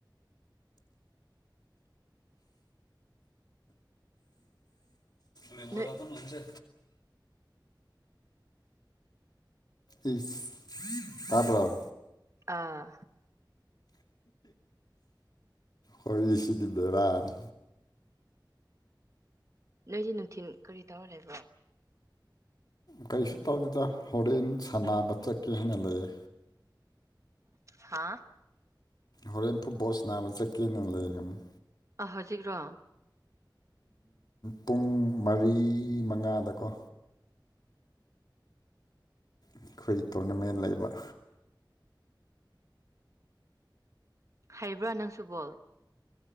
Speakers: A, on the left; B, on the right.
A: ꯃꯤꯒꯣꯏꯔꯥꯛꯣ
B: ꯅꯣꯏ
A: ꯅꯪꯁꯦ ꯏ ꯇꯣ
B: ꯑꯥ
A: ꯍꯣꯏ ꯁꯤꯗꯤ ꯦꯔꯅ
B: ꯅꯣꯏꯗꯤ ꯅꯨꯡꯊꯤꯜ ꯀꯔꯤ ꯇꯧꯔ ꯂꯩꯕ꯭ꯔꯣ
A: ꯀꯔꯤꯁꯨ ꯇꯧꯗꯦꯗ ꯍꯣꯔꯦꯟ ꯁꯥꯟꯅꯕ ꯆꯠꯀꯦ ꯍꯥꯏꯅ ꯂꯩꯌꯦ
B: ꯍꯥꯥ
A: ꯍꯣꯔꯦꯟ ꯐꯨꯠꯕꯣꯜꯁ ꯅꯥꯕ ꯆꯠꯀꯦꯅ ꯂꯩꯔꯝꯅꯤ
B: ꯑ ꯍꯧꯖꯤꯛ꯭ꯔꯣ
A: ꯄꯨꯡ ꯃꯔꯤ ꯃꯉꯥꯗꯀꯣ ꯑꯩꯈꯣꯏꯒꯤ ꯇꯣꯔꯅꯃꯦꯟ ꯂꯩꯕ
B: ꯍꯩꯕ꯭ꯔꯥ ꯅꯪꯁꯨꯕꯣꯜ